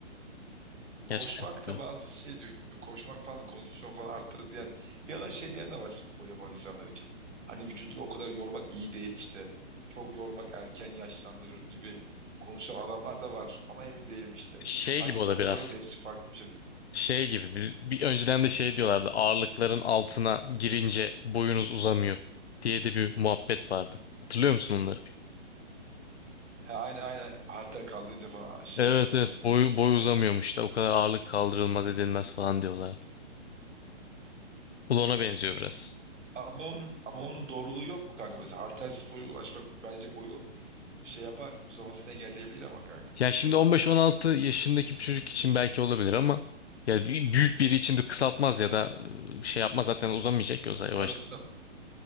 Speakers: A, on the left; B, on the right.
A: Gerçekten.
B: Koşmak
A: çok garip.
B: da bazı şey diyor, koşmak falan da kondisyon falan arttırır diyen, bir yandan şey diyen de var spor yapan insanlar için. Hani vücudu o kadar yormak iyi değil işte, çok yormak erken yaşlandırır gibi konuşan adamlar da var. Ama emin değilim işte.
A: Şey
B: Hangi
A: gibi o
B: doktorların
A: da biraz.
B: da hepsi farklı bir şey diyor.
A: Şey gibi bir, bir önceden de şey diyorlardı ağırlıkların altına girince boyunuz uzamıyor diye de bir muhabbet vardı. Hatırlıyor musun onları?
B: Ha, aynı aynı halter kaldırınca falan şeyler
A: Evet
B: uzamıyor.
A: evet boy, boy uzamıyormuş da o kadar ağırlık kaldırılmaz edilmez falan diyorlardı. Bu da ona benziyor biraz.
B: Ama onun ama onun doğruluğu yok mu kanka? Mesela Halterspor'a ulaşmak bence boyu şey yapar, uzamasını engelleyebilir ama kanka.
A: Yani şimdi 15-16 yaşındaki bir çocuk için belki olabilir ama ya bir- büyük biri için de kısaltmaz ya da e, şey yapmaz zaten uzamayacak ki o zaman yavaş.
B: Tabii tabii,